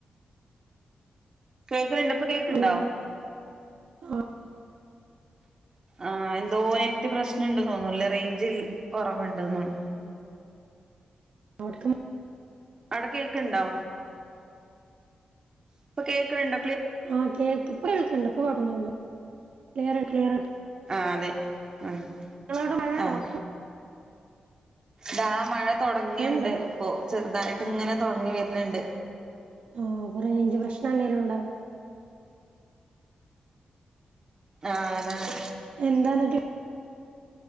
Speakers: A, on the right; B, on the right.
A: കേക്ക്ണ് ണ്ട് ഇപ്പൊ കേക്ക്ണ്ടോ?
B: അതെ ആ
A: ആഹ് എന്തോ നെറ്റ് പ്രശ്നണ്ട് തോന്നൂല്ലേറേഞ്ചിൽ കുറവുണ്ട് തോന്നുന്നു.
B: അവിട്ക്കും
A: അവടെ കേക്ക്ണ്ടോ. ഇപ്പ കേക്ക്ണ്‌ണ്ട
B: ആഹ് കേൾക്ക് ഇപ്പ കേൾക്കണ്ട്. ഇപ്പൊ കൊഴപ്പൊന്നുല്ല. ക്ലിയറാണ്‌ ക്ലിയറാണ്
A: ആഹ് അതെ ഉം
B: ഇങ്ങളവിടെ മഴ ണ്ടോ
A: ആഹ്
B: പ്പോ?
A: ദാ മഴ തൊടങ്ങിണ്ട്
B: മഴണ്ടോ
A: പ്പൊ ചെറുതായിട്ട് ങ്ങനെ തൊടങ്ങി വര്ന്ണ്ട്.
B: ആഹ്, വടെ റേഞ്ച് പ്രശ്നം എന്തേലും ണ്ടാവും.
A: ആഹ്, അതാണ്.
B: എന്താന്നട്ട്